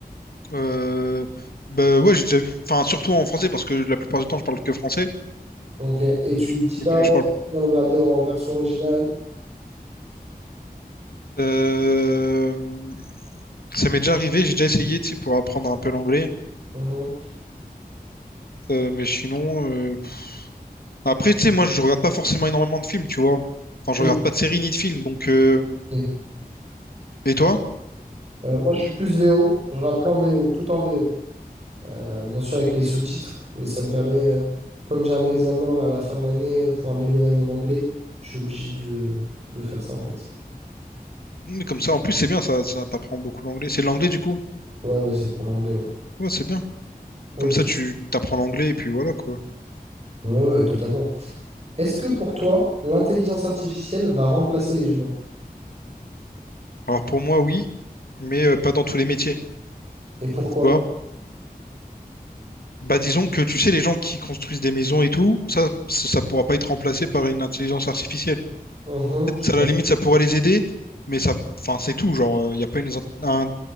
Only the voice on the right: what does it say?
Ok. Et tu te dis pas,
ouais,
c'est bien de regarder en version originale.
Mhm.
T'es
bloqué.
Euh, moi, je suis plus VO. Je regarde qu'en VO, tout en VO. Euh, bien sûr, avec les sous-titres, mais ça me permet, euh, comme j'ai un examen là, à la fin de l'année euh, pour améliorer mon anglais, je suis obligé de, de faire ça en fait.
Ouais, ouais, c'est pour l'anglais, ouais.
Ok.
Ouais, ouais, totalement. Est-ce que pour toi, l'intelligence artificielle va remplacer les humains?
Et pourquoi?
Mhm.
Je suis
d'accord.